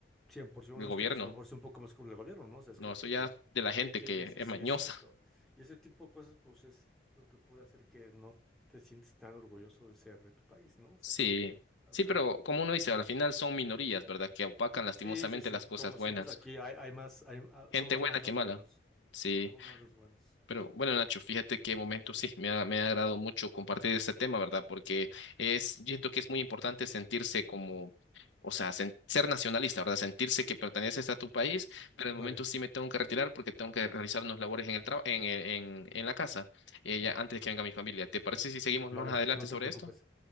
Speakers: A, in the centre; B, on the left (about 90°).
A: 100%,
B: del
A: en
B: gobierno.
A: este caso a lo mejor sí un poco más como el gobierno, ¿no? O sea, es
B: No,
A: gente
B: eso ya
A: que,
B: de la gente
A: que quiere,
B: que
A: sí,
B: es
A: sí,
B: mañosa.
A: exacto.
B: <laughs>
A: Y ese tipo de cosas, pues es lo que puede hacer que no te sientes tan orgulloso de ser de tu país, ¿no? O sea,
B: Sí,
A: que digas, o
B: sí,
A: sea,
B: pero como uno dice, al final son minorías, ¿verdad? Que opacan lastimosamente
A: sí, sí, sí,
B: las cosas
A: como decimos
B: buenas.
A: aquí, hay, hay más, hay- ah,
B: Gente
A: somos
B: buena
A: más
B: que
A: los
B: mala.
A: buenos,
B: Sí.
A: somos más los buenos.
B: Pero bueno, Nacho, fíjate qué momento sí, me ha, me ha agradado mucho compartir este tema, ¿verdad? Porque es, yo siento que es muy importante sentirse como, o sea, sen- ser nacionalista, ¿verdad? Sentirse que perteneces a tu país, pero en
A: Vale,
B: el momento sí me tengo que retirar porque tengo que realizar unos labores en el traba- en, el- en, en la casa, eh, ya antes que venga mi familia. ¿Te parece si seguimos
A: vale,
B: más adelante
A: no
B: sobre
A: te preocupes.
B: esto?